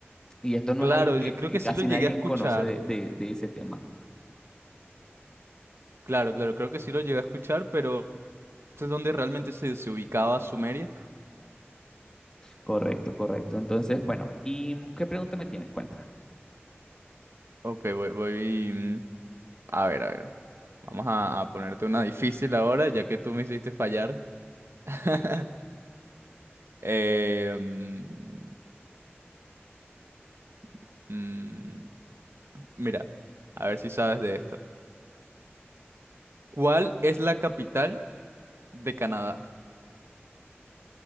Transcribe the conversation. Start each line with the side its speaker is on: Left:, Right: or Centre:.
Left: Y esto no
Right: Claro,
Left: es algo
Right: yo
Left: que,
Right: creo
Left: que
Right: que
Left: casi
Right: sí lo llegué
Left: nadie
Right: a escuchar.
Left: conoce de, de- de ese tema.
Right: Claro, claro, creo que sí lo llegué a escuchar, pero ¿es donde realmente se, se ubicaba Sumeria.
Left: Correcto, correcto. Entonces, bueno, ¿y qué pregunta me tienes? Cuéntame.
Right: Ok, voy, voy, mm, A ver, a ver. Vamos a, a ponerte una difícil ahora, ya que tú me hiciste fallar. <laughs> Eh, mm, <tsk> mm, mira, a ver si sabes de esto. ¿Cuál es la capital de Canadá?